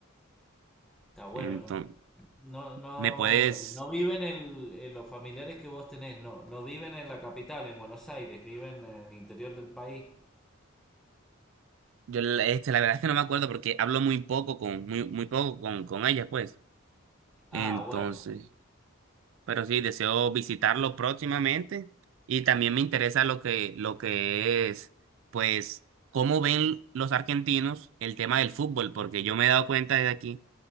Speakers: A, in the centre; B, on the right.
A: Está bueno,
B: Entonces,
A: ¿no? No, no,
B: ¿me puedes?
A: no viven en, en los familiares que vos tenés, no, no viven en la capital, en Buenos Aires, viven en el interior del país.
B: Yo la- este, la verdad es que no me acuerdo porque hablo muy poco con, muy, muy poco con, con ella, pues. Entonces,
A: Ah, bueno.
B: pero sí, deseo visitarlo próximamente y también me interesa lo que, lo que es, pues, cómo ven los argentinos el tema del fútbol, porque yo me he dado cuenta desde aquí